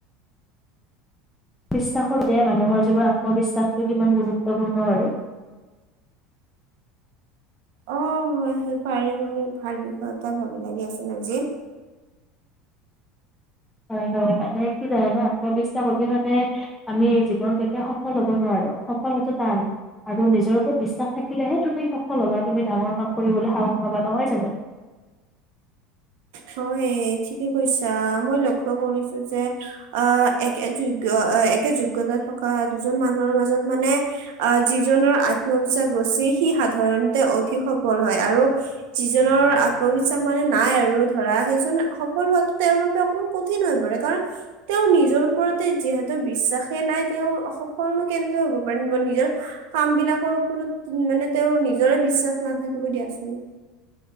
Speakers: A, in the centre; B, on the right (about 70°).
A: বিশ্বাসৰ যে মানুহৰ যিবোৰ আত্মবিশ্বাসটো কিমান গুৰুত্বপূৰ্ণ আৰু।
B: অ হয় হয় পাৰি তুমি ভাল বিষয় এটা ভাবিলা দিয়াচোন আজি।
A: হয় হয় মানে কি জানা আত্মবিশ্বাস অবিহনে আমি জীৱন কেতিয়া সফল হব নোৱাৰো। সফল হোৱাটো টান আৰু নিজৰ ওপৰত বিশ্বাস থাকিলেহে তুমি সফল হবা তুমি ডাঙৰ কাম কৰিবলৈ সাহস পাবা নহয় জানো।
B: হয় ঠিকে কৈছা মই লক্ষ্য কৰিছো যে আহ একে যোগ্য একে যোগ্যতা থকা দুজন মানুহৰ মাজত মানে আহ যিজনৰ আত্মবিশ্বাস বেছি সি সাধাৰণতে অধিক সফল হয় আৰু যিজনৰ আত্মবিশ্বাস মানে নাই আৰু ধৰা সেইজন সফল হোৱাটো তেওঁৰ বাবে অকমান কঠিন হৈ পৰে কাৰণ তেওঁৰ নিজৰ ওপৰতে যিহেতু বিশ্বাসেই নাই তেওঁৰ সফলনো কেনেকে হব পাৰে। নিজৰ কাম বিলাকৰ ওপৰত মানে তেওঁৰ নিজৰে বিশ্বাস নাথাকিব দিয়াচোন।